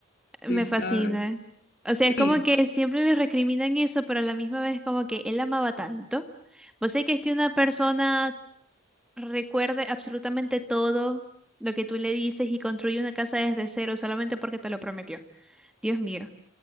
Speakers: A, on the left; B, in the centre.
A: Su
B: me
A: historia.
B: fascina. O sea, es
A: Sí,
B: como que siempre le recriminan eso, pero a la misma vez como que él amaba tanto. Vos sé que es que una persona recuerde absolutamente todo lo que tú le dices y construye una casa desde cero solamente porque te lo prometió. Dios mío.